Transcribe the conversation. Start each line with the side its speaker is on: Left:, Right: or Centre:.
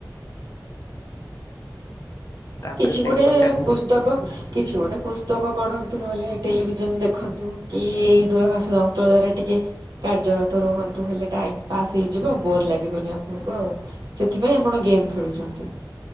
Left: ତାପରେ
Right: କିଛି
Left: ସେଇ
Right: ଗୋଟେ
Left: ସୋସିଆଲ
Right: ପୁସ୍ତକ
Left: ମି
Right: କିଛି ଗୋଟେ ପୁସ୍ତକ ପଢ଼ନ୍ତୁ ନହେଲେ ଟେଲିଭିଜନ ଦେଖନ୍ତୁ କି ଏଇ ଦୂରଭାଷ ଯନ୍ତ୍ର ଦ୍ଵାରା ଟିକେ କାର୍ଯ୍ୟରତ ରୁହନ୍ତୁ ହେଲେ ଟାଇମ ପାସ୍ ହେଇଯିବ ବୋର୍ ଲାଗିବନି ଆପଣଙ୍କୁ ଆଉ। ସେଥିପାଇଁ ଆପଣ ଗେମ୍ ଖେଳୁଛନ୍ତି।